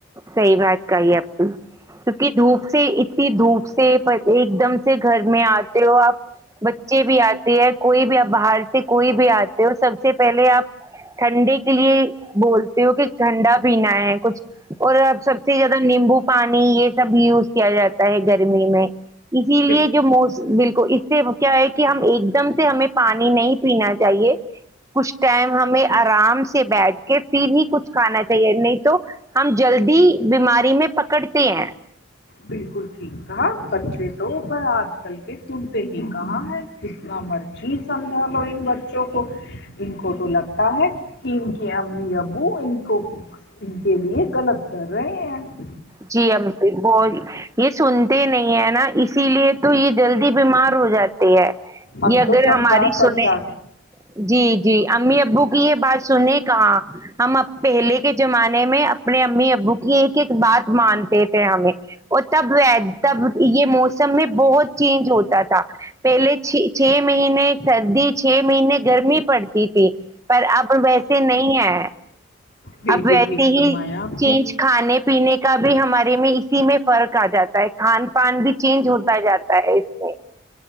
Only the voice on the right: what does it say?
صحیح بات کہی آپ نے کیونکہ دھوپ سے اتنی دھوپ سیپ ہےتے ایک دم گھر میں آتے ہو آپ بچے بھی آتے ہیں کوئی بھی آپ باہر سے کوئی بھی آتا سب سے پہلے آپ ٹھنڈے کے لیے بولتے ہو کہ ٹھنڈا پینا ہے کچھ اور آب سب سے زیادہ نیمبو پانی یہ سب بھی یوز کیا جاتا ہوتا ہے گرمی میں اسی لیے
جو موس بالکل اس سے کیا ہے کہ ہم ایک دم سے ہمیں پانی نہیں پینا چاہیے کچھ ٹائم ہمیں آرام سے بیٹھ کے پھر ہی کچھ کھانا چاہیے نہیں تو ہم جلدی بیماری میں پکڑتے ہیں
جی امپ ب یہ سو نہیں ہے نا اسی لیے تو یہ جلدی بیمار ہو جاتے ہے
یہ اگر
ہماری
سنے جی جی امی ابو کی یہ بات سنے کہاں ہم اب پہلے کے زمانے میں ا اپنی امی ابو کی ایک کہ ایک بات تے تھے ہمیں اور تب تب یہ موسم میں بہت چینج ہوتا تھا پہلے چ چھ مہینے سردی چھ مہینے گرمی پڑتی تھی پر اب ویسے نہیں ہے
اب ویسی
ہی
چینج
کھانے پینے بھی ہمارے میں اسی میں فرق کہا جاتا ہے کھان پان بھی چینج ہوتا جاتا ہے اس میں